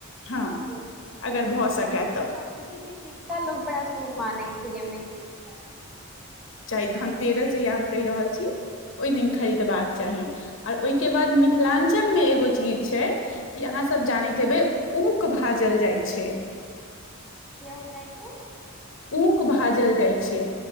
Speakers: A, on the left; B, in the centre.
A: हँ
B: किनै छै
A: अगर भऽ सकै
B: चाँदी के सिक्का लोग बड़ा शुभ मानै छै मे क नहि लगा
A: धन तेरस जहिया हम कहि रहल छी ओहि दिन
B: हूँ
A: खरीदबाक चाही आ ओहिके
B: हूँ हूँ
A: बाद मिथिलाञ्चलमे एगो चीज छै कि अहाँ सब जानैत हेबै ऊक भाजल जाइ छै
B: के हो जाइ छै
A: ऊक भाजल जाइ छै